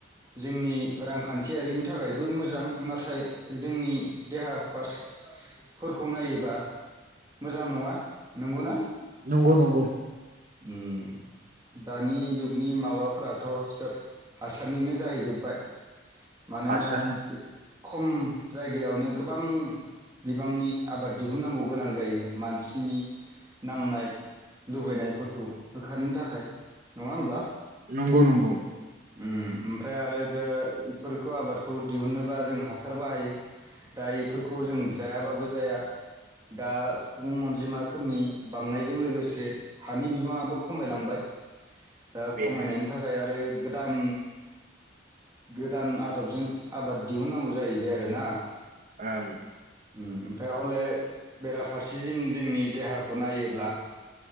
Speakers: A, on the right (about 20°); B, on the right (about 45°).
A: जोंनि रांखान्थियारिनि थाखायबो मोजां नाथाय जोंनि देहा फारसफोरखौ नायोबा मोजां नङा नंगौ ना?
B: नंगौ नंगौ
A: उम दानि जुगनि माबाफोराथ' सोब हासारनिनो जाहैजोब्बाय मानो
B: हासार
A: ना बिद खम जायगायावनो गोबां बिबांनि आबाद दिहुननांगौ गोनां जायो मानसिनि नांनाय लुबैनायफोर खौ होखारनो थाखाय नङा होमब्ला।
B: नंगौ नंगौ
A: उम ओमफ्राय आरो दा इफोरखौ आबादखौ दिहुनोबा जों हासार बाहायो दा बएफोरखौ जों जायाबाबो जाया दा सुबुं अनजिमाफोरनि बांनायजों लोगोसे हानि बिबाङाबो खमायलांबाय दा
B: बेनो
A: खमायनायनि थाखाय आरो गोदान गोदान आदबजों आबाद दिहुननांगौ जाहैबाय आरोना
B: ओं
A: उम ओमफ्राय हले बेराफारसेथिं जोंनि देहाखौ नायोब्ला